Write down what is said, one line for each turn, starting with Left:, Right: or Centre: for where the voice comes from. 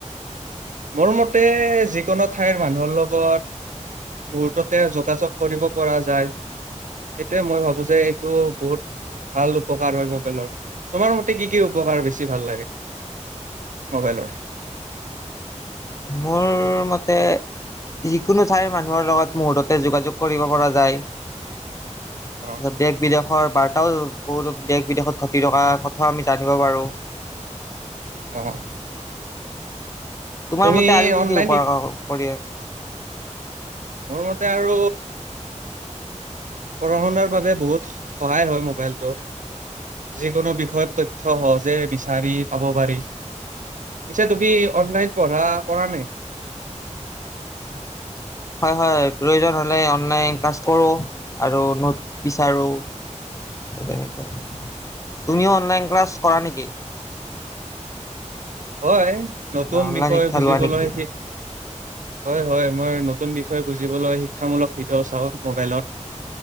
Right: মোৰ মতে যিকোনো ঠাইৰ মানুহৰ লগত মুহুৰ্ততে যোগাযোগ কৰিব পৰা যায়। সেইটোয়ে মই ভাবো যে এইটো বহুত ভাল উপকাৰ হয় মোবাইলৰ, তোমাৰ মতে কি কি উপকাৰ বেছি ভাল লাগে? মোবাইলৰ?
Left: মোৰ মতে যিকোনো ঠাইৰ মানুহৰ লগত মুহূুৰৰ্ততে যোগাযোগ কৰিব পৰা যায়। তাৰত
Right: অ
Left: দেশ বিদেশৰ বাৰ্তাও বহুত দেশ বিদেশত ঘটি থকা কথাও আমি জানিব পাৰোঁ।
Right: অ'।
Left: তোমাৰ
Right: তুমি
Left: মতে আৰু কি
Right: অনলাইন
Left: কি উপ
Right: শিক
Left: কৰি
Right: মোৰ মতে আৰু পঢ়া শুনাৰ বাবে বহুত সহায় হয় মোবাইলটো। যিকোনো বিষয়ত তথ্য সহজে বিচাৰি পাব পাৰি। পিছে তুমি অনলাইন পঢ়া কৰা নে?
Left: <inaudible> হয় হয় প্ৰয়োজন হলে অনলাইন ক্লাছ কৰো আৰু নোট বিচাৰো। তুমিও অনলাইন ক্লাছ কৰা নেকি?
Right: হয় নতুন
Left: বা অনলাইন
Right: বিষয়
Left: শিক্ষা
Right: বুজিবলৈ
Left: লোৱা নেকি?
Right: সিক হয় হয় মই নতুন বিষয় বুজিবলৈ শিক্ষামূলক ভিডিঅ' চাওঁ মোবাইলত।